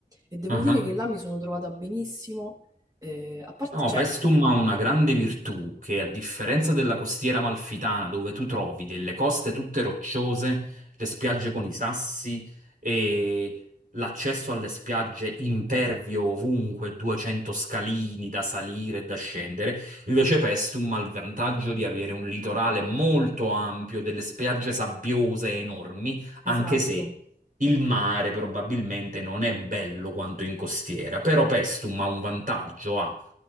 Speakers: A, on the right (about 20°); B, on the right (about 55°).
A: e devo
B: Ah.
A: dire che là mi sono trovata benissimo, eh, a parte,
B: No,
A: cioè,
B: Pestum ha una grande virtù che, a differenza della costiera amalfitana, dove tu trovi delle coste tutte rocciose, le spiagge con i sassi e l'accesso alle spiagge impervio ovunque, 200 scalini da salire e da scendere, invece Pestum ha il vantaggio di avere un litorale molto ampio, delle spiagge sabbiose enormi,
A: esatto.
B: anche se... Il mare probabilmente non è bello quanto in costiera, però Pestum ha un vantaggio, ha